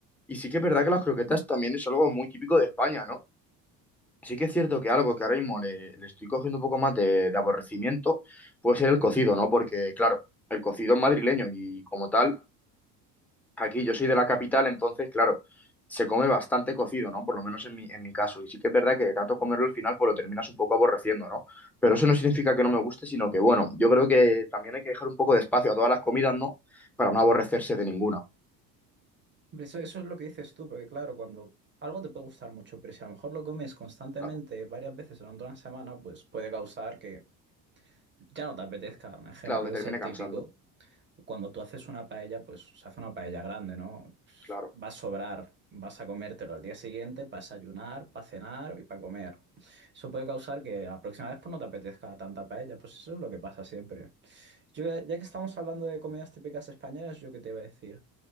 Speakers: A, in the centre; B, on the right.
A: Y sí que es verdad que las croquetas también es algo muy típico de España, ¿no? Sí que es cierto que algo que ahora mismo le, le estoy cogiendo un poco más de, de aborrecimiento puede ser el cocido, ¿no? Porque, claro, el cocido es madrileño y como tal Aquí yo soy de la capital, entonces, claro, se come bastante cocido, ¿no? Por lo menos en mi, en mi caso. Y sí que es verdad que de tanto comerlo al final, pues lo terminas un poco aborreciendo, ¿no? Pero eso no significa que no me guste, sino que, bueno, yo creo que también hay que dejar un poco de espacio a todas las comidas, ¿no? Para no aborrecerse de ninguna.
B: Eso, eso es lo que dices tú, porque claro, cuando algo te puede gustar mucho, pero si a lo mejor lo comes constantemente
A: Claro,
B: varias veces durante una semana, pues puede causar que ya no te apetezca. Un ejemplo
A: claro, que
B: es
A: termine
B: el típico.
A: cansando,
B: Cuando tú haces una paella, pues se hace una paella grande, ¿no?
A: claro.
B: Va a sobrar, vas a comértelo al día siguiente para desayunar, para cenar y para comer. Eso puede causar que la próxima vez pues, no te apetezca tanta paella, pues eso es lo que pasa siempre. Yo, ya que estamos hablando de comidas típicas españolas, yo qué te iba a decir.